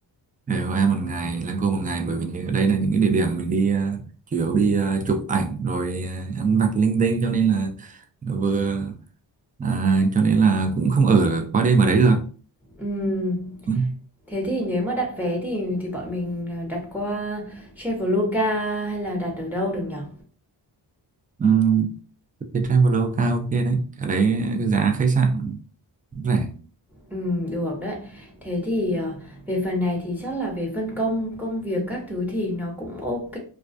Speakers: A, on the right; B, in the centre.
A: ở Hội An một ngày Lăng Cô một ngày bởi vì ở đây là những cái địa điểm mình đi à, chủ yếu đi à, chụp ảnh rồi à, ăn vặt linh tinh cho nên là vừa à, cho nên là cũng không ở qua đêm ở đấy được
B: Ừm,
A: ừ.
B: thế thì nếu mà đặt vé thì thì bọn mình, ờ, đặt qua Traveloka hay là đặt ở đâu được nhở
A: Ừ. Cái Traveloka ok đấy ở đấy giá khách sạn rẻ
B: Ừm, được đấy. Thế thì, ờ, về phần này thì chắc là về phân công công việc các thứ thì nó cũng ok